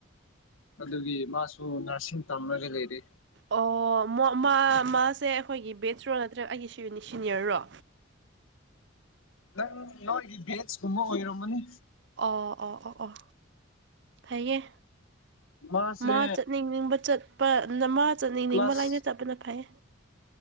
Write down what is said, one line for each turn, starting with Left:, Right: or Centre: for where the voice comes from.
Left: ꯑꯗꯨꯒꯤ ꯃꯥꯁꯨ ꯅꯔꯁꯤꯡ ꯇꯝꯃꯒ ꯂꯩꯔ
Right: ꯑꯣ ꯃꯣ ꯃꯥꯁꯦ ꯑꯩꯈꯣꯏꯒꯤ ꯕꯦꯠꯁꯔꯣ ꯅꯠꯇ꯭ꯔꯒ ꯑꯩꯒꯤ ꯁꯤꯅꯤꯌꯔꯔꯣ
Left: ꯅꯪ ꯅꯣꯏꯒꯤ ꯕꯦꯁ ꯀꯨꯝꯕ ꯑꯣꯏꯔꯝꯃꯅꯤ
Right: ꯑꯣ ꯑꯣ ꯑꯣ ꯑꯣ ꯐꯌꯦꯌꯦ
Left: ꯃꯥꯁꯦ
Right: ꯃꯥ ꯆꯠꯅꯤꯡꯅꯤꯡꯕ ꯆꯠꯄ ꯃꯥ ꯆꯠꯅꯤꯡꯅꯤꯡ
Left: ꯀ꯭ꯂꯥꯁ
Right: ꯃ ꯂꯥꯏꯅ ꯆꯠꯄꯅ ꯐꯩꯌꯦ